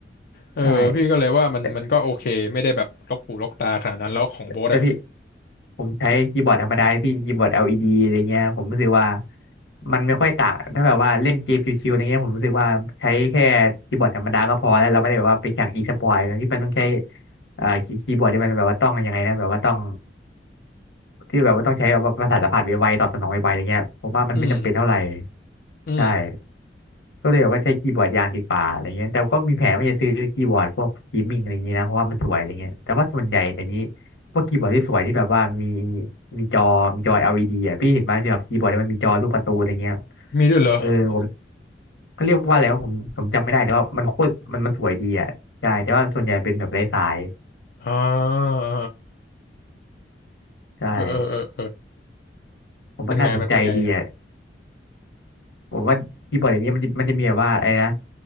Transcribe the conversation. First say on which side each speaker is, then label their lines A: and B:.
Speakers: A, on the left; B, on the left.
A: เออพี่ก็เลยว่ามันมันก็โอเคไม่ได้แบบลกหูลกตาขนาดนั้นแล้วของโบ๊ทอะ
B: ใช่ แต่แต่พี่ผมใช้คีย์บอร์ดธรรมดาพี่คีย์บอร์ด LED อลอีดีอะไรเงี้ยผมรู้สึกว่ามันไม่ค่อยต่างถ้าแบบว่าเล่นเกมชิวๆอะไรเงี้ยผมรู้สึกว่าใช้แค่คีย์บอร์ดธรรมดาก็พอแล้วเราไม่ได้แบบว่าไปแข่งอีสปอร์ตที่มันต้องใช้เอ่อคีย์คีย์บอร์ดที่มันแบบว่าต้องยังไงนะแบบว่าต้องที่แบบว่าต้องใช้แบบว่าประสาทสัมผัสไวๆตอบสนองไวๆอะไรเงี้ยผมว่ามันไม่จำเป็นเท่าไหร่
A: อืมอืม
B: ใช่ ก็เลยแบบว่าใช้คีย์บอร์ดยางดีกว่าอะไรเงี้ยแต่ก็มีแผนว่าจะซื้อคีย์บอร์ดพวกเกีมิ่งอะไรเงงี้ยนะเพราะว่ามันสวยอะไรเงี้ยแต่ว่าส่วนใหญ่แต่นี้พวกคีย์บอร์ดที่สวยที่แบบว่ามีมีจอมีจอ LED อลอีดีอ่ะพี่เห็นไหมที่แบบคีย์บอร์ดที่มันมีจอรูปการ์ตูนอะไรเงี้ย
A: มีด้วยเหรอ
B: เออผมเขาเรียกว่าอะไรวะผมผมจำไม่ได้แต่ว่ามันโคตรมันมันสวยดีอ่ะใช่แต่ว่าส่วนใหญ่เป็นแบบไร้สาย
A: อ่า
B: ใช่
A: เออเออเออเออ
B: ผมว่าน่าสนใจดีอ่ะ
A: เป็นไงมันเป็นไง
B: ผมว่าคีย์บอร์ดอย่างนี้มันจะมันจะมีแบบว่าไอ้นะ